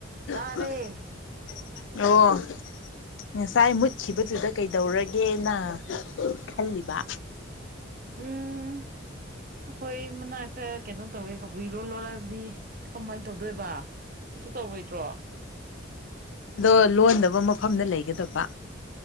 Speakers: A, on the left (about 80°); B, on the right (about 45°).
A: <unintelligible>
B: ꯇꯥꯔꯦ
A: ꯑꯣ꯫ ꯉꯁꯥꯏ ꯃꯨꯠꯈꯤꯕꯗꯨꯗ ꯀꯩꯗꯧꯔꯒꯦꯅ꯫ ꯈꯜꯂꯤꯕ꯫
B: ꯎꯝ ꯑꯈꯣꯏ ꯃꯅꯥꯛꯇ ꯀꯩꯅꯣ ꯇꯧꯋꯦ ꯀꯕꯨꯏꯔꯣ ꯂꯣꯔꯕꯗꯤ ꯀꯃꯥꯏꯅ ꯇꯧꯗꯣꯏꯕ ꯀꯩꯁꯨ ꯇꯧꯔꯣꯏꯗ꯭ꯔꯣ꯫
A: ꯑꯗꯣ ꯂꯣꯟꯗꯕ ꯃꯐꯝꯗ ꯂꯩꯒꯗꯕ꯫